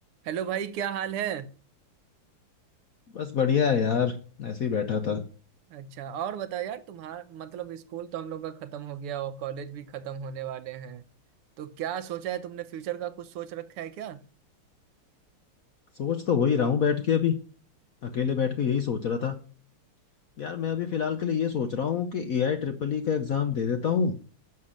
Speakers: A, on the right; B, on the left.
A: हेलो भाई क्या हाल है
B: बस बढ़िया है यार ऐसे ही बैठा था
A: अच्छा और बताओ यार तुम्हारा मतलब स्कूल तो हम लोग का खत्म हो गया और कॉलेज भी खत्म होने वाले हैं तो क्या सोचा है तुमने फ्यूचर का कुछ सोच रखा है क्या
B: सोच तो वही रहा हूँ बैठ के अभी अकेले बैठ के यही सोच रहा था यार मैं अभी फिलहाल के लिए ये सोच रहा हूँ कि एआई ट्रिपल ई का एग्जाम दे देता हूँ